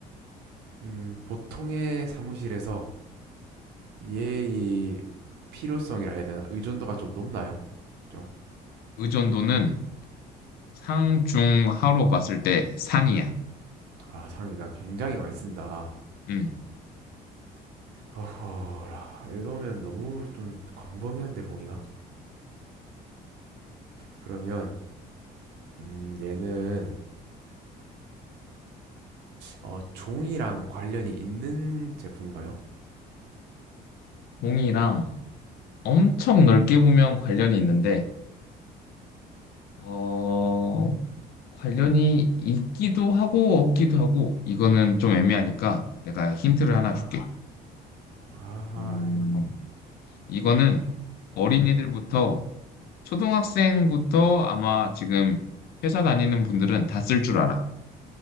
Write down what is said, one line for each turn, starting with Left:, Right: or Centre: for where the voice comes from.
Right: 음, 보통의 사무실에서 얘의 필요성이라 해야 되나? 의존도가 좀 높나요? 좀,
Left: 의존도는 상, 중, 하로 봤을 때 상이야.
Right: 아, 상이다. 굉장히 많이 쓴다.
Left: 음.
Right: 허허라, 이러면 너무 좀 광범위한데, 범위가? 그러면, 음, 얘는, 어, 종이랑 관련이 있는 제품인가요?
Left: 공이랑 엄청 넓게 보면 관련이 있는데, 어, 관련이 있기도 하고, 없기도 하고, 이거는 좀 애매하니까 내가 힌트를
Right: 아,
Left: 하나 줄게.
Right: 아하이.
Left: 음, 이거는 어린이들부터, 초등학생부터 아마 지금 회사 다니는 분들은 다 쓸 줄 알아.